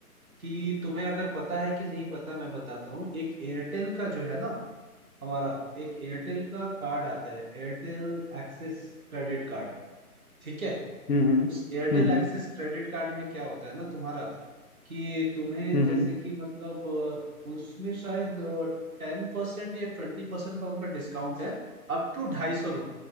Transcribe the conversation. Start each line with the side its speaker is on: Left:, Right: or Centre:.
Right: कि तुम्हें अगर पता है कि नहीं पता मैं बताता हूँ एक एयरटेल का जो है ना हमारा एक एयरटेल का कार्ड आता है एयरटेल एक्सिस क्रेडिट कार्ड ठीक है
Left: हम्म हम्म
Right: उस एयरटेल
Left: हम्म
Right: एक्सिस क्रेडिट कार्ड में क्या होता है ना तुम्हारा कि तुम्हें
Left: हम्म
Right: जैसे कि मतलब अ, उसमें शायद टेन परसेंट या ट्वेंटी परसेंट का उनका डिस्काउंट है अप टू ढाई सौ